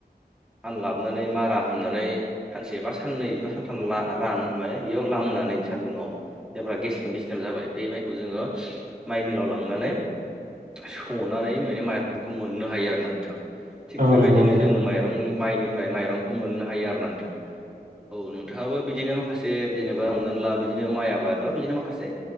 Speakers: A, in the centre; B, on the right.
A: हाना लाबोनानै मारा होननानै सानसे बा साननैबा सानथाम रान माने बेयाव लामनानै सान्दुङाव जायफ्रा गेस्लेम गेस्लेम जाबाय बे माइखौ जोङो माइ मिलाव लांनानै सौनानै माने माइफोरखौ मोननो हायो आरो नोंथाङां? थिग
B: औ
A: बेबायदिनो
B: नंगौ नोंथां
A: जोङो माइरंनि माइनिफ्राय माइरंखौ मोननो हायो आरो ना नोंथां। औ नोंथाङाबो बिदिनो माखासे जेनेबा हमनानै ला बिदिनो माइ आबाद बा बिदिनो माखासे